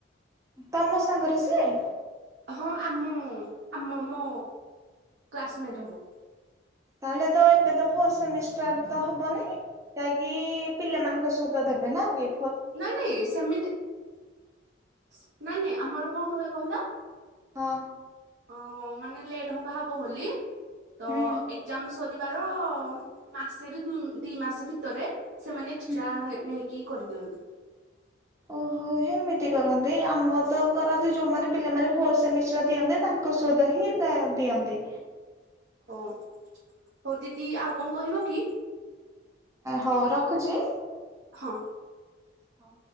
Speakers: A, on the right; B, on the right.
A: ତମ ସାଙ୍ଗରେ ସିଏ।
B: ହଁ ଆମ ଆମ ମୋ କ୍ଲାସମେଟ୍ ହବ।
A: ତାହଲେ ତ ଏବେ ତ ଫୋର୍ ସେମିଷ୍ଟାର ତ ହବନି ଯାଇକି ଇ ପିଲାମାନଙ୍କ ସହିତ ଦେବେ ନୀଟ।
B: ନା ନାଇଁ ସେମିତି <inaudible> ନ ନାଇଁ। ଆମର କଣ ହୁଏ କହିଲ?
A: ହଁ।
B: ଅ ମାନେ ଲେଟ ହବା ହବା ବୋଲି ତ
A: ହୁଁ
B: ଏକ୍ଜାମ ସରି ଯିବାର ମାସରେ ଦୁ ଦି ମାସ ଭିତରେ ସେମାନେ ଏକ୍ସଟ୍ରା
A: ହୁଁ।
B: ନେ ନେହିକି କି କରିଦିଅନ୍ତି।
A: ଓହୋ ହେମିତି କରନ୍ତି, ଆମର ତ କରନ୍ତି ଯୋଉମାନେ ପିଲାମାନେ ଫୋର୍ ସେମିଷ୍ଟାର୍ ଦିଅନ୍ତି ତାଙ୍କ ସହିତ ହିଁ ଦିଅନ୍ତି।
B: ଓ <unintelligible> ହଉ ଦିଦି ଆଉ କଣ କହିବ? କି
A: ହଉ ରଖୁଛି।
B: ହଁ।
A: ହଁ।